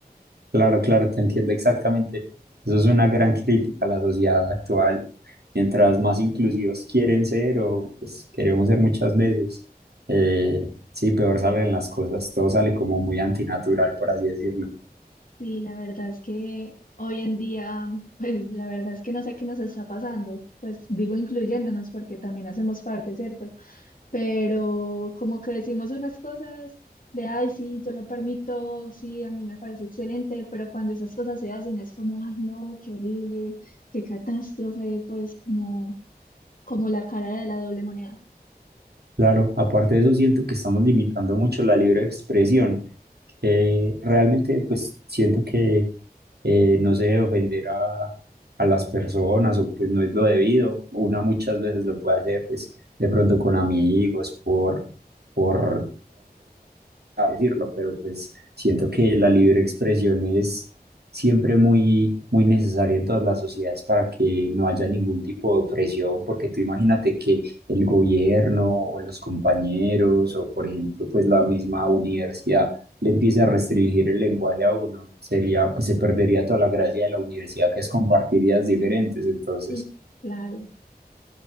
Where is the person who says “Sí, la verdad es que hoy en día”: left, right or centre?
Left